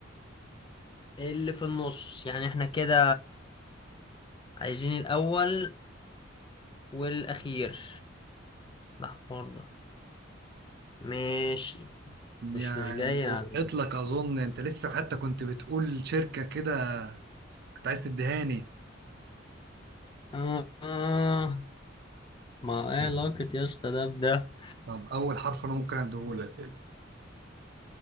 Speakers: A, on the left; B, on the right.
A: اللي في النص يعني احنا كده عايزين الاول والاخير الاحمر ده ماشي
B: يعني
A: مش مش جاي
B: وضحت
A: على
B: لك اظن انت لسه حتى كنت بتقول شركة كده كنت عايز تدهاني
A: آه آه، ما ايه علاقة يا اسطى ده بده
B: طب أول حرف أنا ممكن أديهولك اه